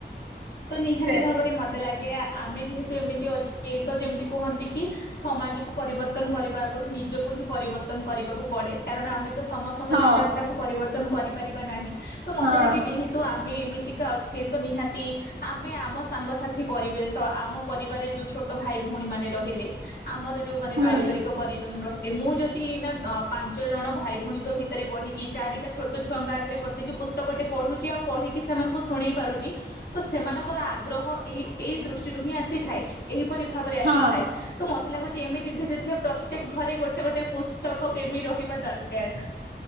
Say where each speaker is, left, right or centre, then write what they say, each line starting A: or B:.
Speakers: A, on the left (about 65°); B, on the right (about 75°).
A: ତ ନିହାତି
B: ସେ
A: ଭାବରେ ମତେ ଲାଗେ ଆ ଆମେ ଯେହେତୁ ଏମିତି ଅଛେ ତ ଯେମିତି କୁହନ୍ତି କି। ସମାଜକୁ ପରିବର୍ତ୍ତନ କରିବା ଆଗରୁ ନିଜକୁ ହିଁ ପରିବର୍ତ୍ତନ କରିବାକୁ ପଡେ। କାରଣ ଆମେ ତ ସମସ୍ତଙ୍କ
B: ହଁ
A: ଚିନ୍ତାଧାରାକୁ ପରିବର୍ତ୍ତନ କରିପାରିବା ନାହିଁ। ତ ମତେ
B: ହଁ
A: ଲାଗେ ଯେହେତୁ ଆମେ ଏମିତିକା ଅଛେ ତ ନିହାତି। ଆମେ ଆମ ସାଙ୍ଗସାଥି ପରିବେଶ ଆମ ପରିବାରରେ ଯୋଉ ଛୋଟ ଭାଇ, ଭଉଣୀ ମାନେ ରହିଲେ। ଆମର ଯୋଉ ମାନେ
B: ହୁଁ
A: ପାରିବାରିକ ପରିଜନ ରହି ଏ ମୁଁ ଯଦି ଏଇନା ଅଁ ପାଞ୍ଚ ଜଣ ଭାଇ, ଭଉଣୀଙ୍କ ଭିତରେ ପଢିକି ଚାରିଟା ଛୋଟ ଛୁଆଙ୍କ ଆଗରେ ବସିକି ପୁ ତକ ଟେ ପଢ଼ୁଛି ଆଉ ପଢିକି ସେମାନଙ୍କୁ ଶୁଣେଇ ପାରୁଛି। ତ ସେମାନଙ୍କର ଆଗ୍ରହ ଏଇ ଏଇ ଦୃଷ୍ଟିରୁ ହିଁ ଆସିଥାଏ ଏହିପରି ଭାବରେ
B: ହଁ
A: ଆସିଥାଏ। ତ ମତେ ଲାଗୁଛି ଏମିତି ଧୀରେ ଧୀରେ ପ୍ରତ୍ୟେକ ଘରେ ଗୋଟେ ଗୋଟେ ପୁସ୍ତକ ପ୍ରେମୀ ରହିବା ଦରକାର।